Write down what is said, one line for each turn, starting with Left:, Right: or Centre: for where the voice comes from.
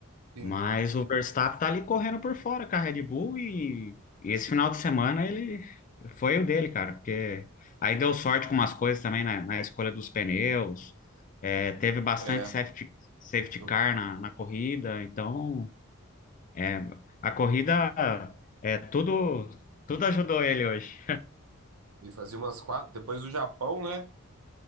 Right: Sim,
Left: Mas o Verstappen tá ali correndo por fora com a Red Bull e e esse final de semana ele foi o dele, cara, porque aí deu sorte com umas coisas também na, na escolha dos pneus, é, teve bastante
Right: É.
Left: safety, safety
Right: eu-
Left: car na, na corrida, então é, a corrida é tudo, tudo ajudou ele hoje.
Right: E fazia umas quatro. Depois do Japão, né?